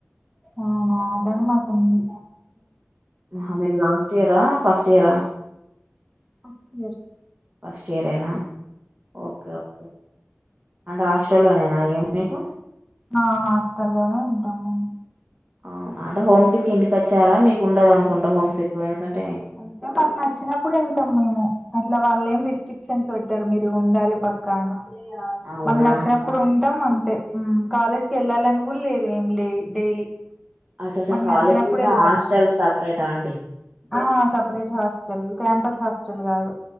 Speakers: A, in the centre; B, on the right (about 40°).
A: అవునా ఆటైం మాకుంది
B: హ మీర్ లాస్ట్ ఇయరా ఫస్ట్ ఇయరా
A: <inaudible>
B: ఫస్ట్ ఇయరేనా ఓకే ఓకే అంటే హాస్టల్లోనేనా ఇగ మీకు
A: ఆ హాస్టల్లోనే ఉంటాము
B: అవునా అంటే హోమ్ సిక్ ఇంటికి వచ్చారా మీకు ఉండదనుకుంటా హోమ్ సిక్ ఎందుకంటే
A: అంటే మకు నచ్చినప్పుడు ఎల్తం మేము అట్లా వాళ్ళు ఏం రిస్ట్రిక్షన్స్ పెట్టరు మీరు ఉండాలి పక్కా అని
B: అవునా
A: మాకు నచ్చినప్పుడు ఉంటాం అంతే కాలేజ్కి వెళ్ళాలని రూల్ లేదు ఏం లే డైలీ
B: అచ్చచ్చ
A: మాకు
B: కాలేజీల్లో
A: నచ్చినప్పుడు వెళ్తాం
B: హాస్టల్ సపరేటా అండి
A: ఆ సపరేట్ హాస్టల్ క్యాంపస్ హాస్టల్ కాదు